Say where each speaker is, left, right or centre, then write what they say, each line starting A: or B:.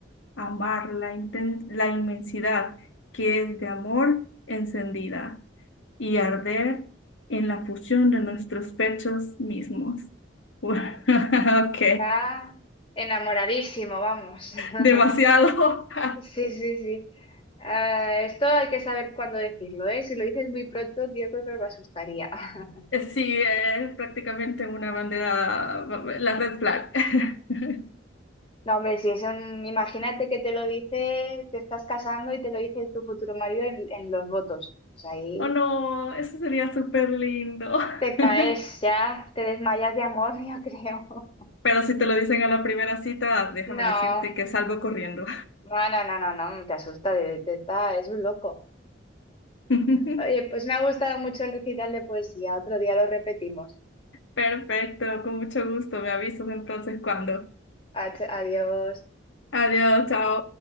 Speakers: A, on the left (about 80°); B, on the left (about 30°).
A: amar la, inten- la inmensidad que es de amor encendida y arder en la fusión de nuestros pechos mismos. <laughs> Ok,
B: Está enamoradísimo, vamos. <laughs>
A: demasiado. <laughs>
B: Sí, sí, sí. Ah, esto hay que saber cuándo decirlo, ¿eh? Si lo dices muy pronto, yo creo que me asustaría. <laughs>
A: Sí, es prácticamente una bandera, la red flag. <laughs>
B: No, hombre, si es un... Imagínate que te lo dice, te estás casando y te lo dice tu futuro marido en, en los votos. Pues ahí
A: Oh no, eso sería súper lindo.
B: te caes
A: <laughs>
B: ya, te desmayas de amor, <laughs> yo creo.
A: Pero si te lo dicen a la primera cita, déjame
B: No.
A: decirte que salgo corriendo.
B: No, no, no, no, no, te asusta, de, te- ta- es un loco.
A: <laughs>
B: Oye, pues me ha gustado mucho el recital de poesía. Otro día lo repetimos.
A: Perfecto, con mucho gusto. Me avisas entonces cuando.
B: Ach- Adiós.
A: Adiós, chao.